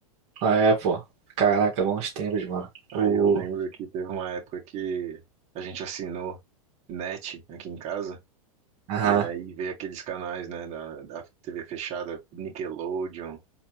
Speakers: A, on the right; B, on the right.
A: Ah, é, pô. Caraca, bons tempos, mano.
B: Aí
A: O.
B: eu lembro que teve uma época que a gente assinou net aqui em casa,
A: Aham.
B: e aí veio aqueles canais, né, da, da TV fechada, Nickelodeon,